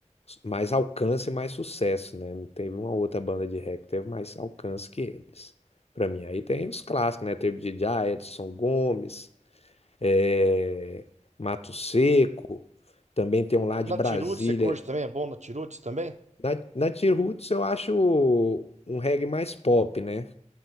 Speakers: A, on the left; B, on the right.
A: mais alcance e mais sucesso, né? Não teve uma outra banda de rap que teve mais alcance que eles. Pra mim, aí tem os clássicos, né? Teve DJ, Edson Gomes, é, Mato Seco, também tem um lá de
B: Na
A: Brasília.
B: Tirutes, você curte também? É bom na Tirutes também?
A: Na, na T-Roots eu acho um reggae mais pop, né?